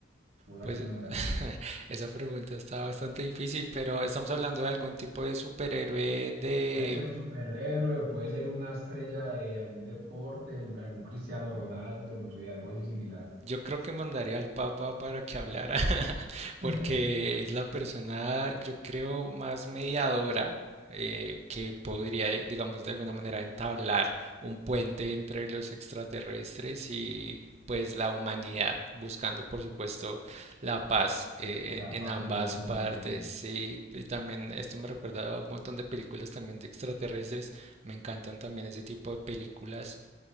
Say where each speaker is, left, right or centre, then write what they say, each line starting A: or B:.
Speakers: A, on the right (about 55°); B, on the right (about 35°).
A: ¿Vos
B: Pues
A: a quién mandarías?
B: <laughs> esa pregunta está bastante difícil, pero estamos hablando de algún tipo de superhéroe de
A: Puede ser un superhéroe o puede ser una estrella de algún deporte, un- algún Cristiano Ronaldo, no sé, algo así similar.
B: Yo creo que mandaría al Papa para que hablara, <laughs>
A: <laughs>
B: porque es la persona, yo creo, más mediadora eh, que podría, eh, digamos, de alguna manera entablar un puente entre los extraterrestres y pues la humanidad, buscando, por supuesto, la paz eh,
A: La
B: en
A: paz
B: en ambas
A: y la buena
B: partes.
A: convivencia.
B: Y, y también esto me recuerda a un montón de películas también de extraterrestres. Me encantan también ese tipo de películas